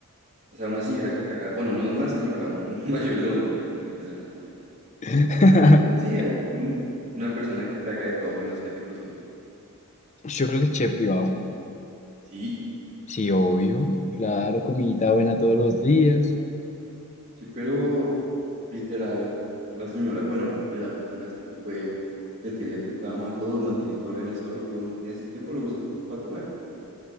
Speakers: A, on the right; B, on the left.
A: o sea, una señora que te haga, bueno, no una señora, un <laughs> mayordomo, porque no tiene que ser una señora,
B: <laughs>
A: como un, sí, al- un- una persona que te haga de todo menos que te cocine.
B: Yo creo que chef privado.
A: Sí,
B: Sí, obvio, claro, comidita buena todos los días.
A: sí, pero literal, la señora, bueno, la persona esta te puede, te tiende tu cama, todo, mantiene todo organizado y tú en ese tiempo lo usas para comer.